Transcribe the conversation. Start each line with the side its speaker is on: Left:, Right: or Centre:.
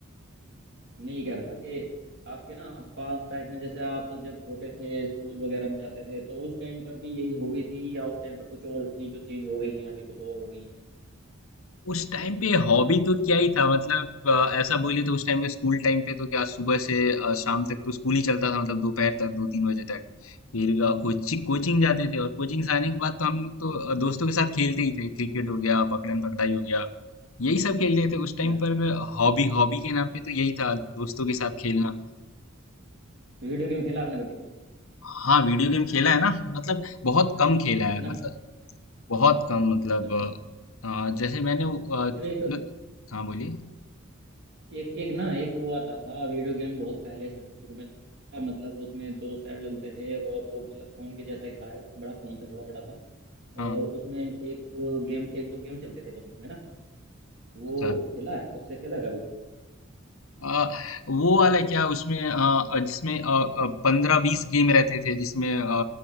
Right: मैं ये कह रहा था कि आपके ना पास टाइम में जैसे आप जब छोटे थे स्कूल वगैरह में जाते थे तो उस टाइम पर भी यही हॉबी थी या उस टाइम पर कुछ और थी जो चेंज हो गई है अभी कुछ और हो गई है
Left: उस टाइम पे हॉबी तो क्या ही था मतलब अ, ऐसा बोलिए तो उस टाइम पे स्कूल टाइम पे तो क्या सुबह से अ, शाम तक तो स्कूल ही चलता था मतलब दोपहर तक दो तीन बजे तक फिर
Right: हम्म,
Left: अ, कोचिंग कोचिंग जाते थे और कोचिंग से आने के बाद तो हम लोग तो अ, दोस्तों के साथ खेलते ही थे क्रिकेट हो गया पकड़न पकड़ाई हो गया यही सब खेलते थे उस टाइम
Right: अच्छा
Left: पर
Right: अच्छा अच्छा
Left: हॉबी हॉबी के नाम पे तो यही था दोस्तों के साथ खेलना
Right: वीडियो गेम खेला आपने कभी
Left: हाँ वीडियो गेम खेला है ना मतलब बहुत कम खेला
Right: कितना
Left: है मतलब बहुत कम मतलब
Right: अच्छा
Left: अ, अ, जैसे मैंने वो, अ,
Right: जो एक
Left: मतलब- हाँ बोलिए
Right: एक एक ना एक वो आता था वीडियो गेम बहुत पहले सबसे शुरू में था, मतलब उसमें दो सेल डलते थे और वो मतलब फोन के जैसा ही था एक बड़ा फोन से थोड़ा बड़ा था
Left: हाँ
Right: और उसमें एक गेम एक दो गेम चलते थे बस उसमें ना वो
Left: अच्छा
Right: खेला है उससे खेला है कभी
Left: अ, वो वाला क्या उसमें अ, अ, जिसमें पंद्रह बीस गेम रहते थे जिसमें अ,